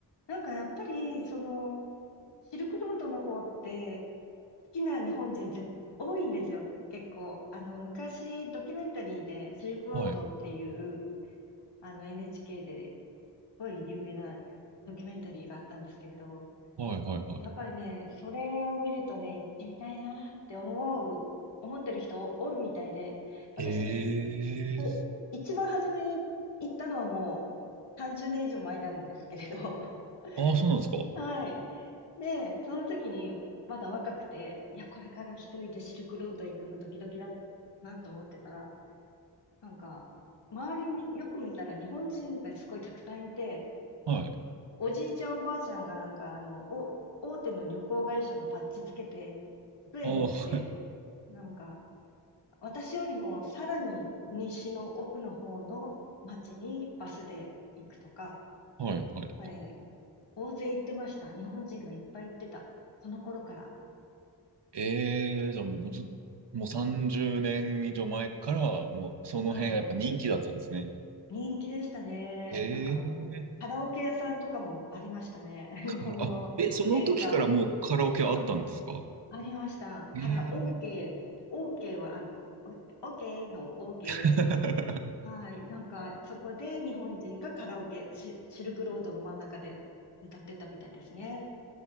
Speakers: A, on the left; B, on the right.
A: なんかやっぱり、その、シルクロードの方って、好きな日本人ぜ多いんですよ、結構。あの、昔、ドキュメンタリーで、シルクロードっていう、
B: はい。
A: あの、NHK ですごい有名なドキュメンタリーがあったんですけれど、
B: はいはいは
A: やっぱりね、それを見るとね、行ってみたいなって思う、思ってる人多いみたいで、私、
B: い。
A: それ一番初めに行ったのはもう30年以上前なんですけれど、
B: ええああ、そうなんですか
A: <laughs> はい。で、その時にまだ若くて、いや、これから一人でシルクロード行くのドキドキだなと思ってたら、なんか、周りみよく見たら日本人がすごいたくさんいて、
B: はい。
A: おじいちゃんおばあちゃんがなんか、あの、お、大手の旅行会社のバッジつけて、杖持って、
B: ああ、<laughs> は
A: なんか、私よりもさらに西の奥の方の町にバスで行くとか、
B: いはいはい。
A: なんかね、大勢行ってました。日本人がいっぱい行ってた。その頃から。
B: ええじゃあもうず、
A: うん
B: もう30年以上前から、もうその辺がやっぱ人気だったんですね。
A: はい。人気でしたね。
B: へえ、
A: なんか、カラオケ屋さんとかもありましたね。<laughs> 日本の演歌を。
B: かあ、え、その時からもうカラオケあったんですか
A: はいありました。
B: え
A: から、OK、
B: え
A: OK は、あの、オ OK の OK
B: <laughs>
A: で、はい、なんか、そこで日本人がカラオケ、シ、シルクロードの真ん中で歌ってたみたいですね。